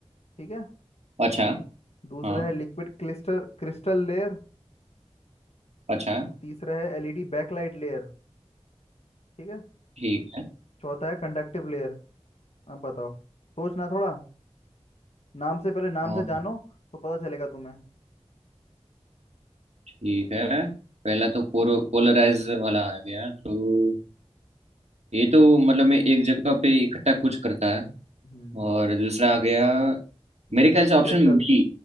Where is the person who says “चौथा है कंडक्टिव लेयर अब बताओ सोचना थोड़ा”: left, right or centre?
Left